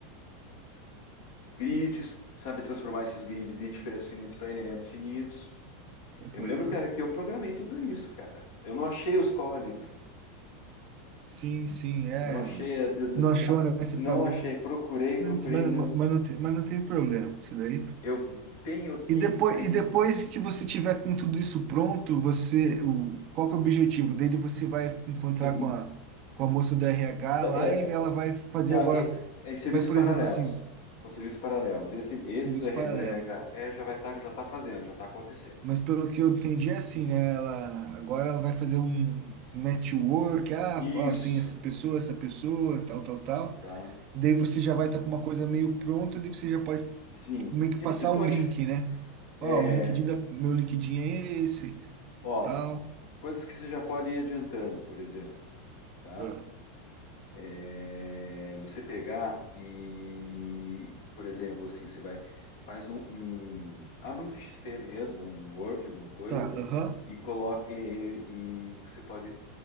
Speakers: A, on the left; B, on the right.
A: grids, que sabe transformar esses grids de diferenças finitas para elementos finitos.
B: Aham.
A: Eu me lembro, cara, que eu programei tudo isso, cara. Eu não achei os códigos, cara.
B: Sim, sim, é.
A: Eu não achei, a- de- de-
B: Não achou, né? Você
A: não
B: falou.
A: achei, procurei,
B: Mas,
A: procurei,
B: mas,
A: não.
B: mas, não tem, mas não tem problema, isso daí.
A: Eu tenho aqui
B: E depois,
A: ainda,
B: e depois que você tiver com tudo isso pronto, você, o, qual que é o objetivo dele? Você vai encontrar
A: hum,
B: com a, com a moça do RH
A: é,
B: lá e
A: é-
B: ela vai fazer
A: é-
B: agora
A: é- é serviços
B: Vai, por
A: paralelos.
B: exemplo, assim,
A: São serviços paralelos. Esse, esse
B: serviços
A: do R-
B: paralelos,
A: do RH
B: né?
A: é, já vai estar, já está fazendo, já está acontecendo.
B: Mas pelo que eu entendi é assim, né? Ela, agora ela vai fazer um network, ah,
A: Isso,
B: ó, tem essa pessoa, essa pessoa, tal, tal, tal.
A: tá?
B: E daí você já vai estar com uma coisa meio pronta, daí você já pode
A: Sim.
B: meio
A: O que
B: que passar
A: você pode,
B: o link, né?
A: é,
B: Ó, o LinkedIn da, meu LinkedIn é esse,
A: ó,
B: tal.
A: coisas que você já pode ir adiantando, por exemplo, tá?
B: Ah,
A: É, você pegar e, por exemplo, assim, você vai, faz um, um- abre um TXT mesmo, um Word, alguma coisa,
B: Tá, aham,
A: e coloca, e, e- e você pode